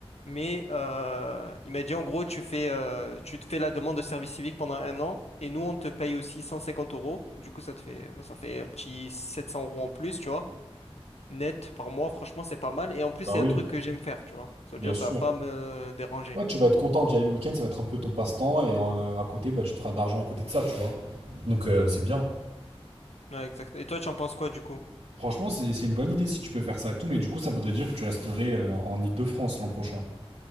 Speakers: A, on the left; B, on the right.
A: Mais euh, il m'a dit, en gros, tu fais, euh, tu te fais la demande de service civique pendant un an. Et nous, on te paye aussi 150 euros. Du coup, ça te fait, ça fait un petit 700 euros en plus, tu vois. Net par mois, franchement, c'est pas mal. Et en plus,
B: Bah
A: c'est
B: oui,
A: un truc que j'aime faire, tu vois. Ça
B: bien
A: veut dire,
B: sûr.
A: ça va pas me déranger.
B: Ouais, tu vas être content d'y aller le week-end, ça va être un peu ton passe-temps, et euh, à côté, bah, tu te feras de l'argent à côté de ça, tu vois. Donc euh, c'est bien.
A: Ouais, exact. Et toi, tu en penses quoi, du coup?
B: Franchement, c'est c'est une bonne idée si tu peux faire ça et tout, mais du coup, ça voudrait dire que tu resterais euh, en Île-de-France l'an prochain.